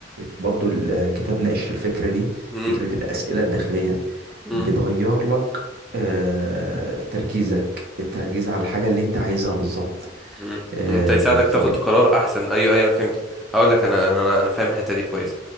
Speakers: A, on the right; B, in the centre.
A: برضو الكتاب ناقش الفكرة دي
B: مم.
A: فكرة الأسئلة الداخلية
B: مم.
A: بتغير لك آه، تركيزك التركيز على الحاجة اللي انت عايزها بالظبط
B: مم.
A: آه،
B: انت يساعدك
A: فب
B: تاخد قرار احسن ايوه ايوه انا فهمت هقول لك انا انا انا فاهم الحته دي كويس